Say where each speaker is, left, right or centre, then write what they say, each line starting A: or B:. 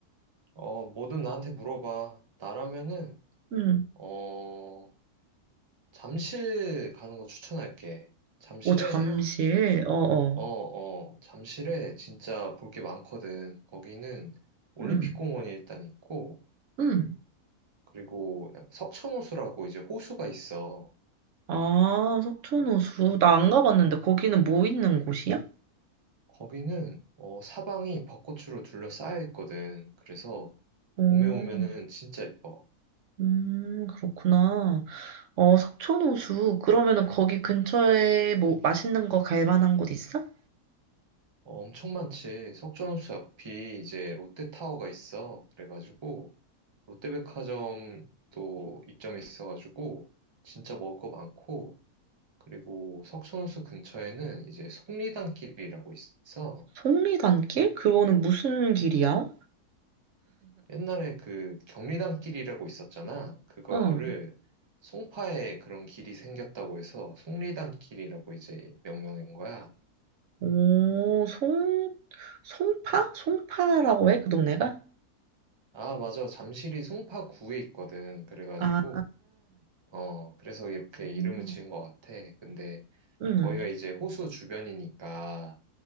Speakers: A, on the right; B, on the right.
A: 어, 뭐든 나한테 물어봐. 나라면은,
B: 음.
A: 어, 잠실 가는 거 추천할게. 잠실에,
B: 오, 잠실. 어어.
A: 어, 어, 잠실에 진짜 볼게 많거든. 거기는 올림픽공원이
B: 음.
A: 일단 있고,
B: 음.
A: 그리고 석촌호수라고 이제 호수가 있어.
B: 아, 석촌호수. 나 안 가봤는데 거기는 뭐 있는 곳이야?
A: 거기는 어, 사방이 벚꽃으로 둘러싸여 있거든. 그래서
B: 오,
A: 봄에 오면은 진짜 예뻐.
B: 음, 그렇구나. 어, 석촌호수. 그러면은 거기 근처에 뭐 맛있는 거 갈 만한 곳 있어?
A: 어, 엄청 많지. 석촌호수 앞이 이제 롯데타워가 있어. 그래가지고 롯데백화점도 입점해 있어가지고 진짜 먹을 거 많고 그리고 석촌호수 근처에는 이제 속리단길이라고 있어.
B: 송리단길? 그거는 무슨 길이야?
A: 옛날에 그 경리단 길이라고 있었잖아. 그거를
B: 어.
A: 송파에 그런 길이 생겼다고 해서 송리단 길이라고 이제 명명한 거야.
B: 오, 송, 송파? 송파라고 해? 그 동네가?
A: 아, 맞아. 잠실이 송파구에 있거든. 그래가지고,
B: 아,
A: 어, 그래서 이렇게 이름을
B: 음.
A: 지은 것 같아. 근데
B: 음.
A: 거기가 이제 호수 주변이니까